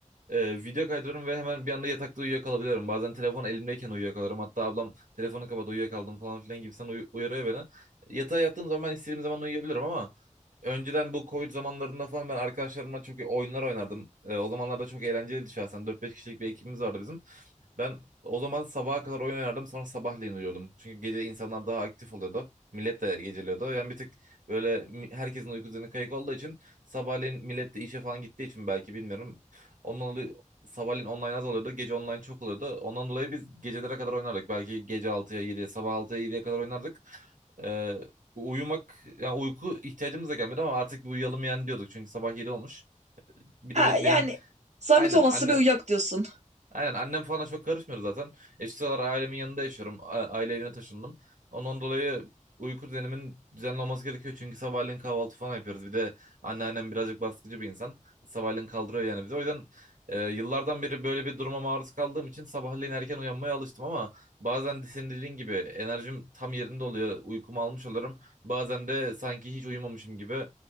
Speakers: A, on the right; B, on the right.
A: ee, video kaydırıyorum ve hemen bir anda yatakta uyuyakalabiliyorum. Bazen telefon elimdeyken uyuyakalıyorum. Hatta ablam telefonu kapat uyuyakaldım falan filan gibisinden uy- uyarıyor beni. Yatağa yattığım zaman ben istediğim zaman uyuyabilirim ama önceden bu Covid zamanlarında falan ben arkadaşlarımla çok oyunlar oynardım. Ee, o zamanlarda çok eğlenceliydi şahsen. Dört beş kişilik bir ekibimiz vardı bizim. Ben o zaman sabaha kadar oyun oynardım sonra sabahleyin uyuyordum. Çünkü gece insanlar daha aktif oluyordu. Millet de geceliyordu. Yani bir tık böyle mi- herkesin uyku düzeni kayık olduğu için sabahleyin millet de işe falan gittiği için belki bilmiyorum. Ondan dolayı sabahleyin online az oluyordu. Gece online çok oluyordu. Ondan dolayı biz gecelere kadar oynardık. Belki gece altıya yediye, sabah altıya yediye kadar oynardık. Ee, uyumak yani uyku ihtiyacımız da gelmedi ama artık bir uyuyalım yani diyorduk. Çünkü sabah 7 olmuş. Bir
B: Ha,
A: de be-
B: yani
A: benim
B: zahmet
A: aynen
B: olmazsa
A: anne
B: bir uyak diyorsun.
A: Aynen annem falan çok karışmıyor zaten. E, şu sıralar ailemin yanında yaşıyorum. A- Aile evine taşındım. Ondan dolayı uyku düzenimin düzenli olması gerekiyor. Çünkü sabahleyin kahvaltı falan yapıyoruz. Bir de anneannem birazcık baskıcı bir insan. Sabahleyin kaldırıyor yani bizi. O yüzden e, yıllardan beri böyle bir duruma maruz kaldığım için sabahleyin erken uyanmaya alıştım ama bazen de senin dediğin gibi enerjim tam yerinde oluyor. Uykumu almış olurum. Bazen de sanki hiç uyumamışım gibi